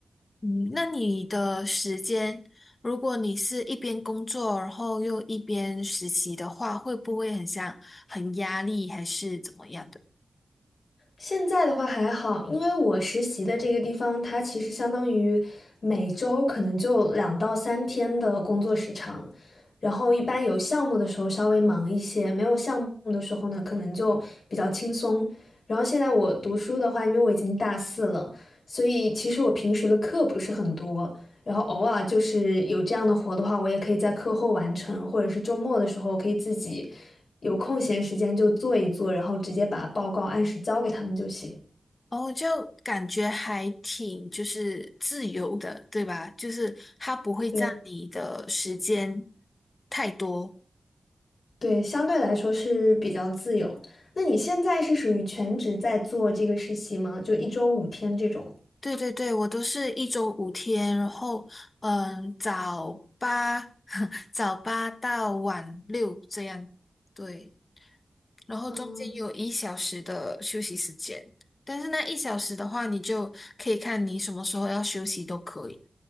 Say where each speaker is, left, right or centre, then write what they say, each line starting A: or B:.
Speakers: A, on the left; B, on the left.
A: 嗯，那你的时间，如果你是一边工作，然后又一边实习的话，会不会很像很压力，还是怎么样的？
B: 现在的话还好，因为我实习的这个地方，它其实相当于每周可能就两到三天的工作时长，然后一般有项目的时候稍微忙一些，没有项目的时候呢，可能就比较轻松。然后现在我读书的话，因为我已经大四了，所以其实我平时的课不是很多，然后偶尔就是有这样的活的话，我也可以在课后完成，或者是周末的时候可以自己有空闲时间就做一做，然后直接把报告按时交给他们就行。
A: 哦，就感觉还挺就是自由的，对吧？就是它不会占你的时间
B: 对
A: 太多。
B: 对，相对来说是比较自由。那你现在是属于全职在做这个实习吗？就一周五天这种？
A: 对对对，我都是一周五天，然后嗯，早八 <laughs> 早八到晚六这样，对，然后中间有一小时的休息时间，
B: 嗯
A: 但是那一小时的话，你就可以看你什么时候要休息都可以，